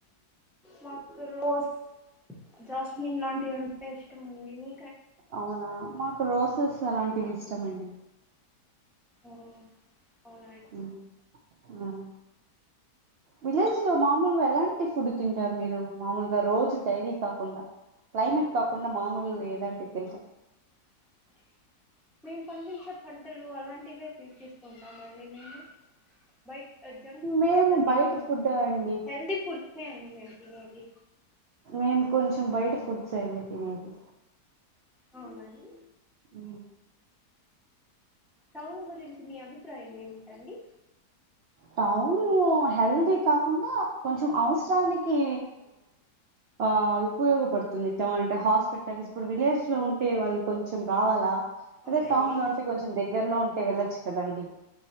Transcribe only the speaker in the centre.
మాకు రోస్ జాస్మిన్ లాంటివి అంటే ఇష్టం ఉంది మీ
ఉ అవ్
అ మేము పండించే పంటలు అలాంటివే తీసు తీసుకుంటామ అండి మేము బై జన్క్ఫూడ్స్
అంత తినం
హెల్తీ ఫుడ్స్ ఏ అండి మేం తినేది
అవున అండి
టౌన్ గురించి మీ అభిప్రాయం ఏమిటండి
అవునండి